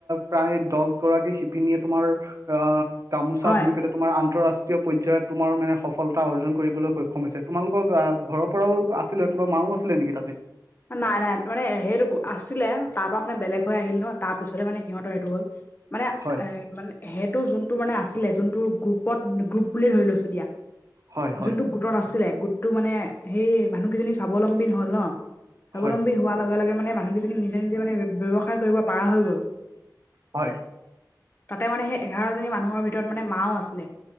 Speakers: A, on the right; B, on the left.
A: প্ৰায় দছ গৰাকী শিপিনীয়ে তোমাৰ আহ গামোচা
B: হয়
A: বৈ পেলাই তোমাৰ আন্তঃৰাষ্ট্ৰীয় পৰ্যায়ত তোমাৰ মানে সফলতা অৰ্জন কৰিবলৈ সক্ষম হৈছে। তোমালোকৰ আহ ঘৰৰ পৰাও আছিলে তোমাৰ মাও আছিলে নেকি তাতে?
B: নাই নাই মানে সেইটো আছিলে তাৰ পৰা মানে বেলেগ হৈ আহিল ন তাৰ পিছতে মানে সিহঁতৰ এইটো হ'ল মানে
A: হয়
B: এ মানে সেইটো যোনটো মানে আছিলে যোনটো গ্ৰুপত গ্ৰুপ বুলি ধৰি লৈছো দিয়া,
A: হয় হয়
B: যোনটো গ্ৰপ তত আছিলে গোটটো মানে সেই মানুহকেইজনী স্বাৱলম্বী হ'ল ন। স্বাৱলম্বী
A: হয়
B: হোৱাৰ লগে লগে মানে মানুহকেইজনী নিজে নিজে মানে ব্যৱসায় কৰিব পাৰা হৈ গ'ল।
A: হয়।
B: তাতে মানে সেই এঘাৰজনী মানুহৰ ভিতৰত মানে মাও আছিলে,